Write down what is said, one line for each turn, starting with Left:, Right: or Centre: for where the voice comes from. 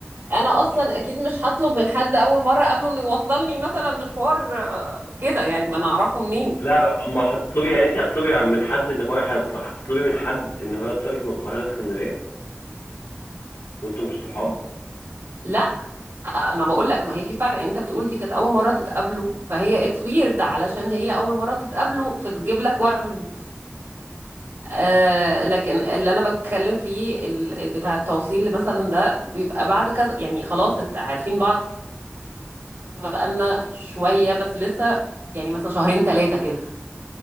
Right: انا اصلا اكيد مش هطلب من حد اول مره اقابله انه يوصلني مثلا مشوار آه، كده يعني ما انا اعرفه منين
Left: لا اما هتطلبي يا ريت هتطلبي من حد ان هو هيطلع هتطلبي من حد ان هو يوصلك من القاهره اسكندريه وانتم مش صحاب
Right: لا انا بقول لك ما هي في فرق انت بتقول دي كانت اول مره تتقابلوا فهي اتس ويرد علشان هي اول مره تتقابلوا فتجيب لك ورد آه لكن اللي انا بتكلم فيه ال- بتاع التوصيل مثلا ده بيبقى بعد كذا يعني خلاص إت- عارفين بعض بقالنا شوية بس لسه يعني مثلا شهرين ثلاثة كده